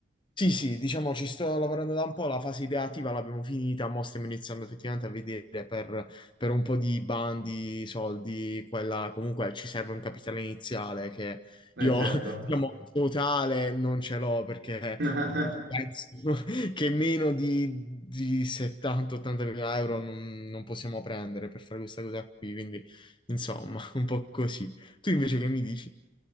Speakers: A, on the left; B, on the right.
A: Sì, sì, diciamo ci sto lavorando da un po', la fase ideativa l'abbiamo finita, mo stiamo iniziando effettivamente a vedere per, per un po' di bandi, soldi, quella comunque ci serve un capitale iniziale che
B: Eh,
A: io,
B: certo.
A: <laughs> diciamo, totale non ce l'ho perché
B: <laughs>
A: penso <laughs> che meno di, di 70-80 mila euro non, non possiamo prendere per fare questa cosa qui, quindi insomma, <laughs> un po' così. Tu invece che mi dici?